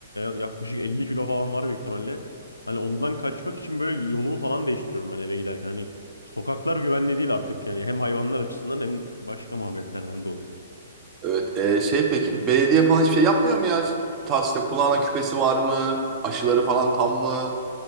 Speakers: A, on the left (about 80°); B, on the right (about 25°).
A: e, yaklaşık 50 kilo falan var büyük ihtimalle. Hani ondan kaçmak için böyle yolumu falan değiştiriyorum ben eve giderken. Hani sokaklar güvenli değil artık yani hem hayvanlar açısından hem başka muhabbetlerden <laughs> dolayı.
B: Evet, e, şey peki belediye falan hiçbir şey yapmıyor mu ya? Ta işte kulağına küpesi var mı? Aşıları falan tam mı?